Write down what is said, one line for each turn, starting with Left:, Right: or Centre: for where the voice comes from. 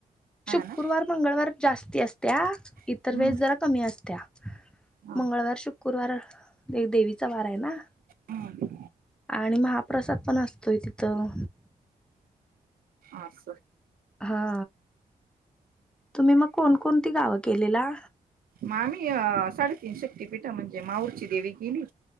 Right: हा
Centre: शुक्रवार,
Right: ना
Centre: मंगळवार जास्ती असत्या. इतर
Right: हम्म
Centre: वेळेस जरा कमी असत्या,
Right: हा
Centre: मंगळवार, शुक कुरवार, ती देवीचा वारा आहे ना?
Right: हम्म
Centre: आणि महाप्रसाद पण असतोय तिथं.
Right: आसं
Centre: हा, तुम्ही मग कोणकोणती गावं केलेला.
Right: मामी अ..., साडेतीन शक्तीपीठं म्हणजे माऊरची देवी केली.